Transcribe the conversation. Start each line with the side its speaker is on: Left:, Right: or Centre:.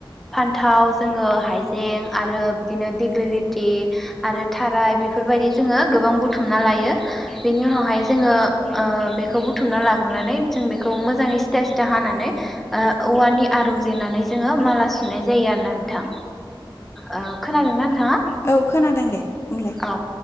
Centre: फान्थाव जोङो हाइजें आरो बिदिनो दिगलिलिटि आरो थाराय बेफोर बेबायदि जोङो गोबां बुथुमना लायो बेनि उनावहाय जोङो बुथुम ला जों बिखौ मोजाङै सिथा सिथा हानानै औवानि आरं जेनानै जोङो माला सुनाय जायो आरोना नोंथां। ओ खोनादोंना नोंथाङा?
Left: औ खोनादों दे बुंलाय
Centre: औ।